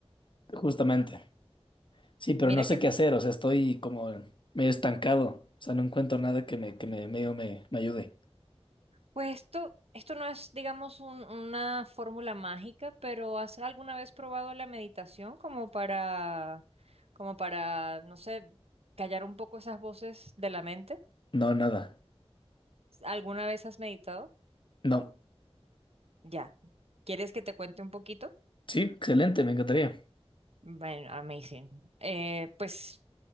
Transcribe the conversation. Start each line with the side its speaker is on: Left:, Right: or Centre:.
Left: Justamente. Sí, pero
Right: Mira
Left: no sé
Right: que
Left: qué hacer, o sea, estoy como medio estancado, o sea, no encuentro nada que me, que me medio me, me ayude.
Right: Pues esto, esto no es, digamos, un- una fórmula mágica, pero ¿has alguna vez probado la meditación como para, como para, no sé, callar un poco esas voces de la mente?
Left: No, nada.
Right: ¿Alguna vez has meditado?
Left: No.
Right: Ya. ¿Quieres que te cuente un poquito?
Left: Sí, excelente, me encantaría.
Right: Bueno, amazing. Eh, pues